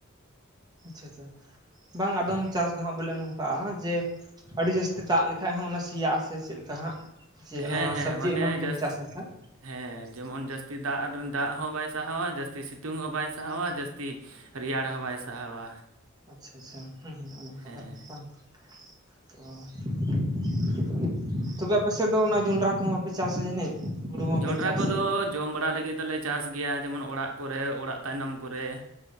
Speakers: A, on the right; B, on the right.
A: ᱟᱪᱪᱷᱟ ᱟᱪᱷᱟ ᱵᱟᱝ ᱟᱫᱚᱢ
B: ᱦᱳᱭ
A: ᱪᱟᱥ ᱫᱚ ᱦᱟᱸᱜ ᱵᱚᱞᱮ ᱱᱚᱝᱠᱟᱜ-ᱟ᱾ ᱡᱮ ᱟᱹᱰᱤ ᱡᱟᱹᱥᱛᱤ ᱫᱟᱜ ᱞᱮᱠᱷᱟᱡ ᱦᱚᱸ ᱚᱱᱟ ᱥᱤᱭᱟᱜ ᱟᱥᱮ ᱪᱮᱫᱞᱮᱠᱟ ᱦᱟᱸᱜ ᱡᱮ ᱱᱚᱣᱟ
B: ᱦᱮᱸ ᱦᱮᱸ
A: ᱥᱚᱵᱽᱡᱤ
B: ᱢᱟᱱᱮ
A: ᱮᱢᱟᱱ ᱠᱚᱢ
B: ᱡᱟᱹᱥ
A: ᱪᱟᱥ ᱞᱮᱠᱷᱟᱡ
B: ᱦᱮᱸ ᱡᱮᱢᱚᱱ ᱡᱟᱹᱥ ᱪᱮ ᱫᱟᱜ ᱨᱮᱱ ᱫᱟᱜ ᱦᱚᱸ ᱵᱟᱭ ᱥᱟᱦᱟᱣᱟ, ᱡᱟᱹᱥᱛᱤ ᱥᱤᱛᱩᱝ ᱦᱚᱸ ᱵᱟᱭ ᱥᱟᱦᱟᱣᱟ, ᱡᱟᱹᱥᱛᱤ ᱨᱮᱭᱟᱲ ᱦᱚ ᱵᱟᱭ ᱥᱟᱦᱟᱣᱟ,
A: ᱟᱪᱪᱷᱟ ᱟᱪᱪᱷᱟ ᱦᱩᱸ ᱦᱩᱸ <unintelligible>
B: ᱦᱮᱸ
A: ᱛᱚᱵᱮ ᱟᱯᱮ ᱥᱮᱫ ᱫᱚ ᱚᱱᱟ ᱡᱚᱸᱱᱰᱨᱟ ᱠᱚᱦᱚᱸ ᱵᱟᱯᱮ ᱪᱟᱥᱟ ᱡᱟᱹᱱᱤᱡ ᱦᱩᱲᱩ ᱦᱚᱸᱯᱮ
B: ᱡᱚᱸᱰᱨᱟ
A: ᱪᱟᱥ
B: ᱠᱚᱫᱚ ᱡᱚᱢ ᱵᱟᱲᱟ ᱞᱟᱹᱜᱤᱫ ᱫᱚᱞᱮ ᱪᱟᱥ ᱜᱮᱭᱟ, ᱡᱮᱢᱚᱱ ᱚᱲᱟᱜ ᱠᱚᱨᱮ ᱚᱲᱟᱜ ᱛᱟᱭᱱᱚᱢ ᱠᱚᱨᱮ ᱾